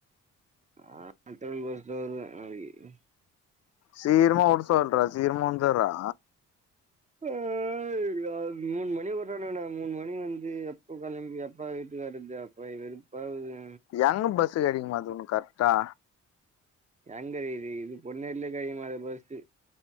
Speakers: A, on the right (about 25°); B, on the left (about 55°).
A: ஹ திருவள்ளுவர் பஸ்ல வருவன் நாளிகி
B: சீர்மா உடசொல்ற சீர்மா வந்துரா
A: ஹய் மூணு மணி விடுறாண்னுங்கடா மூணு மணி வந்து எப்போ களம்பி எப்ப வீட்டுக்கரது அடப்பா வெறுப்பா இருக்கு
B: எங்க பஸ்சுகடிக்க மாட்து கரெக்டா
A: எங்கேடிது இது பொண்னெரிலே கடைக்கமாட்து ப்ஸ்டு